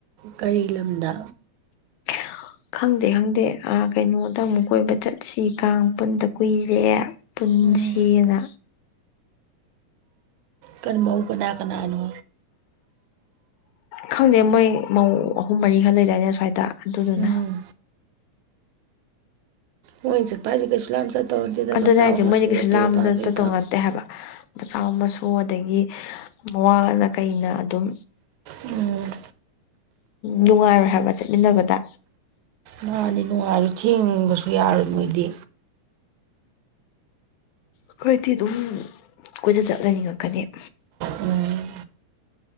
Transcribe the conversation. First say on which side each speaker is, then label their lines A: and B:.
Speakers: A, on the right (about 80°); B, on the left (about 80°).
A: ꯀꯔꯤ ꯂꯝꯗ
B: <inaudible> ꯈꯪꯗꯦ ꯈꯪꯗꯦ ꯑ ꯀꯩꯅꯣꯗ ꯑꯃꯨꯛ ꯀꯣꯏꯕ ꯆꯠꯁꯤ ꯀꯥꯡ ꯄꯨꯟꯗ ꯀꯨꯏꯔꯦ ꯄꯨꯟꯁꯤꯅ
A: ꯎꯝ ꯀꯩ ꯃꯧ ꯀꯅꯥ-ꯀꯅꯥ ꯅꯣ
B: ꯈꯪꯗꯦ ꯃꯣꯏ ꯃꯧ ꯑꯍꯨꯝ ꯃꯔꯤꯈ ꯂꯩꯗꯥꯏꯗ ꯁ꯭ꯋꯥꯏꯗ ꯑꯗꯨꯗꯨꯅ
A: ꯎꯝ ꯃꯣꯏꯅ ꯆꯠꯄ ꯍꯥꯏꯁꯦ ꯀꯩꯁꯨ ꯌꯥꯝ ꯆꯠꯇꯧ ꯅꯠꯇꯦꯗ
B: ꯑꯗꯨꯅ
A: ꯃꯆꯥ
B: ꯍꯥꯏꯁꯦ
A: ꯃꯁꯨ
B: ꯃꯣꯏꯗꯤ ꯀꯩꯁꯨ
A: ꯑꯄꯦꯕ
B: ꯂꯥꯝꯅ
A: ꯑꯄꯦꯕ
B: ꯇꯠꯇꯧ ꯅꯠꯇꯦ ꯍꯥꯏꯕ ꯃꯆꯥ ꯃꯁꯨ ꯑꯗꯒꯤ ꯃꯋꯥꯅ ꯀꯩꯅ ꯑꯗꯨꯝ
A: ꯎꯝ
B: ꯅꯨꯡꯉꯥꯏꯔꯣꯏ ꯍꯥꯏꯕ ꯆꯠꯃꯤꯟꯅꯕꯗ
A: ꯃꯥꯅꯤ ꯅꯨꯡꯉꯥꯏꯔꯣꯢ ꯊꯦꯡꯕꯁꯨ ꯌꯥꯔꯣꯏ ꯃꯣꯏꯗꯤ
B: ꯑꯩꯈꯣꯏꯗꯤ ꯑꯗꯨꯝ ꯀꯣꯏꯆꯠ ꯆꯠꯂꯒꯥ ꯂꯩꯅꯤꯡꯉꯛꯀꯅꯤ
A: ꯎꯝ